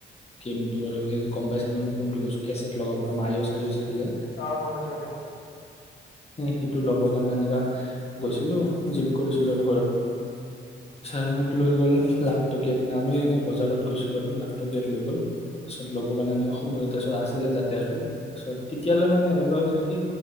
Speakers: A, on the left; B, on the left.
A: কেমটো আৰু এই গম পাইছ ন মই কোনটো কৈছিল কেছেট লগৰ পৰা মাৰিও চাৰিও জিকিলে
B: অ গম পাইছো দে
A: সেইটো ল'বৰ কাৰণে এনেকা গৈছিলোঁ জিপ কৰিছিলোঁ আৰু ঘৰত ছাৰ মোক লৈ গ'ল লাখটকীয়া তেনেকে আমি এনেই বজাৰত গৈছিলোঁ আৰু লাখটকীয়াত লৈ গ'ল তাৰপিছত ল'ব কাৰণে এনেকুৱা মতছ আছে যাতে আৰু তাৰপিছত তেতিয়ালৈ মানে এনেকুৱা হৈছে কি